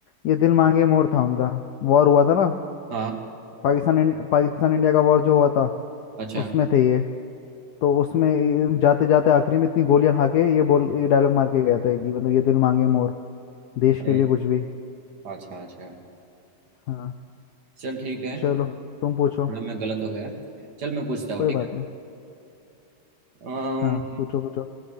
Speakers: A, on the left; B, on the right.
A: ये दिल मांगे मोर था उनका वॉर हुआ था ना
B: हाँ
A: पाकिस्तान इंड- पाकिस्तान इंडिया का वॉर जो हुआ था
B: अच्छा
A: उसमें थे ये तो उसमें ये जाते जाते आखिरी में इतनी गोलियां खा के ये बोल ये डायलॉग मार के गया था कि मतलब ये दिल मांगे मोर देश
B: अरे
A: के लिए कुछ भी
B: अच्छा अच्छा
A: हाँ
B: चल ठीक है
A: चलो तुम पूछो
B: थोड़ा मैं गलत हो गया चल मैं पूछता हूँ
A: कोई
B: ठीक
A: बात
B: है
A: नहीं
B: अम,
A: हाँ पूछो पूछो